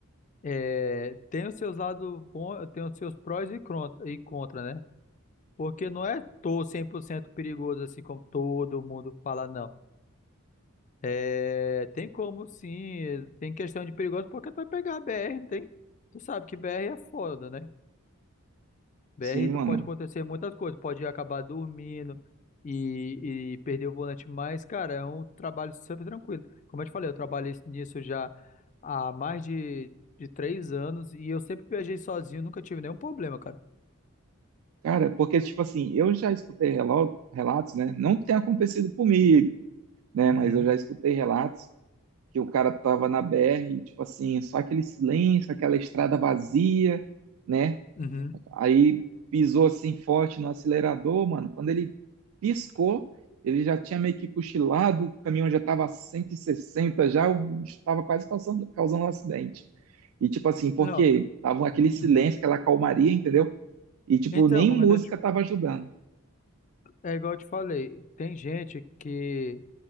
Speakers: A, on the left; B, on the right.
A: É, tem os seus lados bons, tem os seus prós e contra, e contra, né? Porque não é tô 100% perigoso assim como todo mundo fala, não. É, tem como sim, tem questão de perigoso, porque tu vai pegar a BR, não tem? Tu sabe que BR é foda, né? BR
B: Sim,
A: tu
B: mano.
A: pode acontecer muitas coisas, pode acabar dormindo e, e perder o volante, mas, cara, é um trabalho super tranquilo. Como eu te falei, eu trabalhei nisso já há mais de, de três anos e eu sempre viajei sozinho, nunca tive nenhum problema, cara.
B: Cara, porque, tipo assim, eu já escutei relo- relatos, né? Não que tenha acontecido comigo, né?
A: Uhum,
B: Mas eu já escutei relatos que o cara tava na BR, e, tipo assim, só aquele silêncio, aquela estrada vazia, né?
A: uhum.
B: Aí pisou assim forte no acelerador, mano. Quando ele piscou, ele já tinha meio que cochilado, o caminhão já estava a 160, já estava quase causando, causando um acidente. E tipo assim, porque
A: Não,
B: tava aquele
A: uhum.
B: silêncio, aquela calmaria, entendeu? E tipo,
A: Então,
B: nem
A: como
B: música
A: eu tô te-
B: tava ajudando.
A: é igual eu te falei, tem gente que